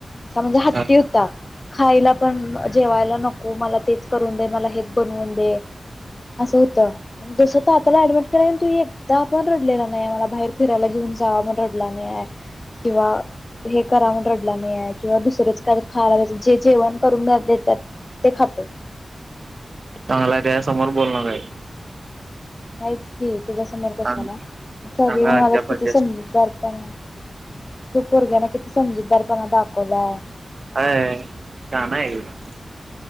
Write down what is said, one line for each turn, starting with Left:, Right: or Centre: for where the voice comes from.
Left: असा म्हणजे हट्टी
Right: हा
Left: हुता खायला पण जेवायला नको मला तेच करून दे मला हेच बनवून दे असं होतं जस तात्याला ऍडमिट केलंय कणी तू एकदा पण रडलेला नाही मला बाहेर फिरायला घेऊन जा म्हणून रडला नाही आहे किंवा हे करा म्हनून रडला नाही आहे किंवा दुसरंच काय खायला जे जेवण करून देतात ते खातो
Right: चांगलाय त्याच्यासमोर बोलू नका हे
Left: नाहीच की त्याच्या समोर कशाला
Right: चांग
Left: मग सगळे
Right: चांगला
Left: म्हणालेत
Right: आज्या पज्या
Left: किती समजूतदार पना तू पोरग्यान किती समजूदार पणा दाकवलाय
Right: होय शाना हाय ते